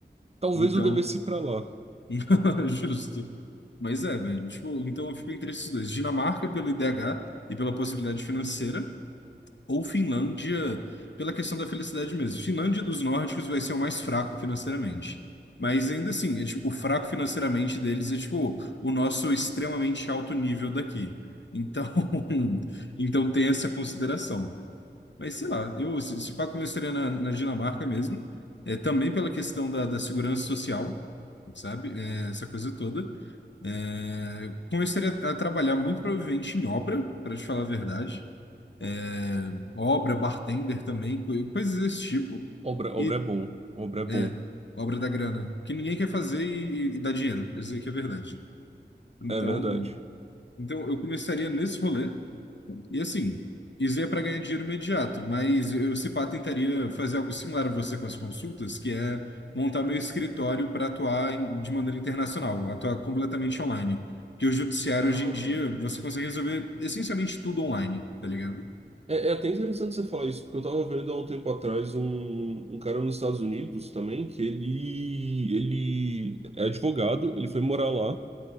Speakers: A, on the right (about 35°); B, on the left (about 80°).
A: Talvez
B: Então,
A: eu devesse ir pra lá.
B: <laughs> justo. Mas é, velho, tipo, então eu fico entre esses dois. Dinamarca pelo IDH e pela possibilidade financeira, Ou Finlândia, pela questão da felicidade mesmo. Finlândia dos nórdicos vai ser o mais fraco financeiramente. Mas ainda assim, é, tipo, o fraco financeiramente deles é tipo o nosso extremamente alto nível daqui. Então, <laughs> então tem essa consideração. Mas sei lá, eu se se pá começaria na, na Dinamarca mesmo, é, também pela questão da, da segurança social, sabe? É, essa coisa toda. É, começaria a trabalhar muito provavelmente em obra, para te falar a verdade. É, obra, bartender também, coi- coisas desse tipo.
A: Obra, obra
B: E
A: é bom. Obra é bom.
B: é, obra da grana, que ninguém quer fazer e, e e dá dinheiro. Isso aí que é verdade. Então,
A: É verdade.
B: então eu começaria nesse rolê. E assim, isso é para ganhar dinheiro imediato, mas eu, se pá, tentaria fazer algo similar a você com as consultas, que é montar meu escritório para atuar em- de maneira internacional, atuar completamente online. Que o judiciário
A: Ah.
B: hoje em dia você consegue resolver essencialmente tudo online, tá ligado?
A: É, é até interessante você falar isso, porque eu tava vendo há um tempo atrás um, um cara nos Estados Unidos também, que ele, ele é advogado, ele foi morar lá.